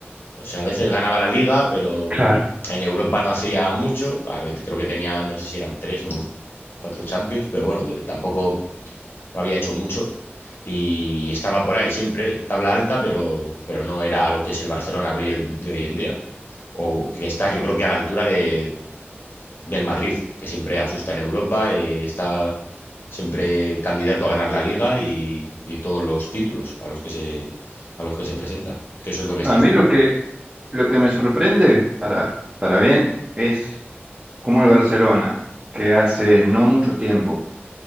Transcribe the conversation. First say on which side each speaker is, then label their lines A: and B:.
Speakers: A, on the left; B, on the right.
A: O sea, a veces ganaba la liga, pero
B: claro.
A: en Europa no hacía mucho. A ver, creo que tenía, no sé si eran tres o cuatro Champions, pero bueno, que tampoco había hecho mucho. Y estaba por ahí siempre, tabla alta, pero, pero no era lo que es el Barcelona de hoy, el- de hoy en día. O que está, yo creo que a la altura de, del Madrid, que siempre asusta en Europa, eh, está siempre candidato a ganar la liga y, y todos los títulos a los que se, a los que se presenta. Que eso es lo que está
B: A
A: haciendo.
B: mí lo que lo que me sorprende para para bien es cómo el Barcelona, que hace no mucho tiempo